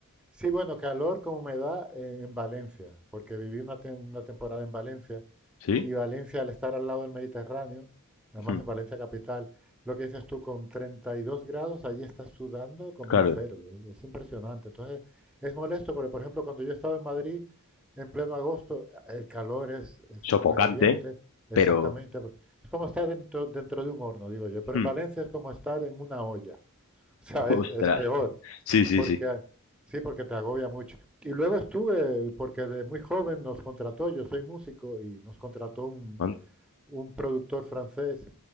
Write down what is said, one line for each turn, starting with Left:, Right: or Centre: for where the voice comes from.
Centre: Sí, bueno, calor con humedad eh, en Valencia, porque viví una, tem- una temporada en Valencia
Left: Sí,
Centre: y Valencia, al estar al lado del Mediterráneo, además
Left: Mm,
Centre: en Valencia capital, lo que dices tú, con 32 grados, allí estás sudando como
Left: claro,
Centre: un cerdo, ¿eh? es impresionante. Entonces, es molesto porque, por ejemplo, cuando yo estaba en Madrid en pleno agosto, el calor es, es
Left: sofocante,
Centre: agobiante, exactamente.
Left: pero...
Centre: Es como estar dentro, dentro de un horno, digo yo, pero
Left: mm,
Centre: en Valencia es como estar en una olla. <laughs> O sea,
Left: <laughs> Ostras,
Centre: es, es peor.
Left: sí, sí,
Centre: Porque,
Left: sí.
Centre: sí, porque te agobia mucho. Y luego estuve, porque de muy joven nos contrató, yo soy músico, y nos contrató un,
Left: Man-
Centre: un productor francés